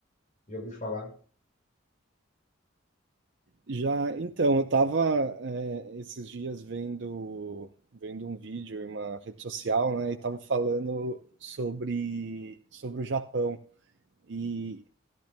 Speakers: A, on the left; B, on the right.
A: já ouviu falar.
B: Já, então, eu tava é, esses dias vendo, vendo um vídeo em uma rede social, né, e tava falando sobre, sobre o Japão. E